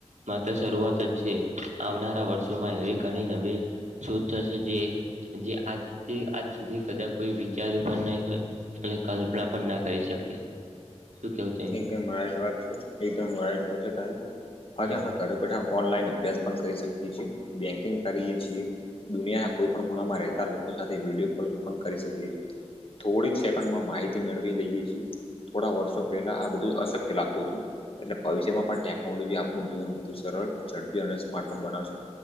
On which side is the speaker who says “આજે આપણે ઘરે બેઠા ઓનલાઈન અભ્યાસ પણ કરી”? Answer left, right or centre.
Left